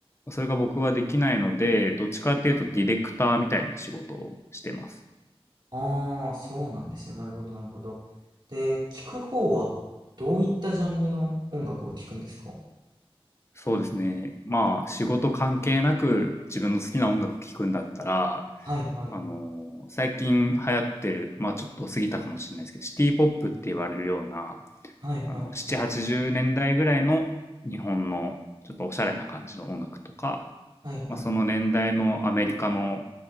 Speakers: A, on the left; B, on the right.
A: それが僕はできないので、どっちかっていうとディレクターみたいな仕事をしてます。
B: ああ、そうなんですね。なるほど、なるほど。で、聞く方はどういったジャンルの音楽を聞くんですか
A: そうですね。まあ、仕事関係なく自分の好きな音楽聴くんだったら、
B: はいはい。
A: あの最近流行ってる、まあちょっと過ぎたかもしれないですけど、シティポップって言われるような、
B: はいはい。
A: あの、7、80年代ぐらいの日本のちょっとおしゃれな感じの音楽とか、
B: はいはい。
A: まあその年代のアメリカの